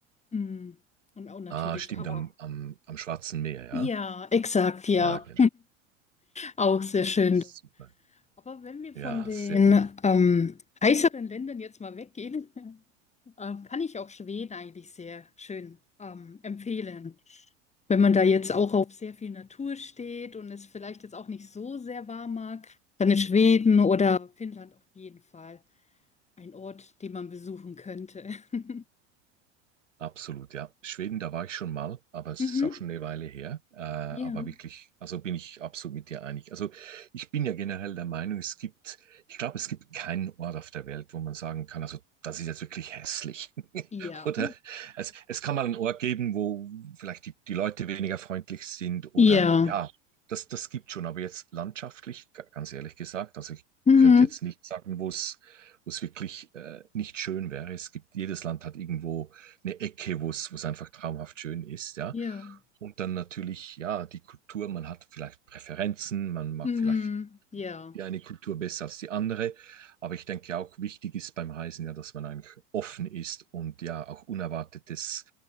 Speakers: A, on the left; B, on the right.
A: Hm, Und auch natürlich,
B: Ah, stimmt,
A: aber
B: am, am, am Schwarzen Meer, ja?
A: ja, exakt, ja,
B: Ja, genau.
A: auch sehr schön
B: Super.
A: Aber wenn wir
B: Ja,
A: von den
B: sehr, ne.
A: ähm, heißeren Ländern jetzt mal weggehen, <laughs> ähm, kann ich auch Schweden eigentlich sehr schön ähm, empfehlen. Wenn man da jetzt auch auf sehr viel Natur steht und es vielleicht jetzt auch nicht so sehr warm mag, dann ist Schweden oder Finnland auf jeden Fall ein Ort, den man besuchen könnte. <laughs>
B: Absolut, ja. Schweden, da war ich schon mal, aber es
A: Mhm.
B: ist auch schon eine Weile her. Äh, aber
A: Ja.
B: wirklich, also bin ich absolut mit dir einig. Also ich bin ja generell der Meinung, es gibt, ich glaube, es gibt keinen Ort auf der Welt, wo man sagen kann, also das ist jetzt wirklich hässlich. <laughs>
A: Ja.
B: Oder es, es kann mal einen Ort geben, wo vielleicht die, die Leute weniger freundlich sind oder
A: Ja.
B: ja, das, das gibt schon. Aber jetzt landschaftlich, ga- ganz ehrlich gesagt, also ich
A: Mhm.
B: könnte jetzt nicht sagen, wo es, wo es wirklich äh, nicht schön wäre. Es gibt, jedes Land hat irgendwo eine Ecke, wo es, wo es einfach traumhaft schön ist, ja.
A: Ja.
B: Und dann natürlich, ja, die Kultur, man hat vielleicht Präferenzen, man mag
A: Mhm.
B: vielleicht
A: Ja.
B: die eine Kultur besser als die andere. Aber ich denke auch wichtig ist beim Reisen ja, dass man eigentlich offen ist und ja auch Unerwartetes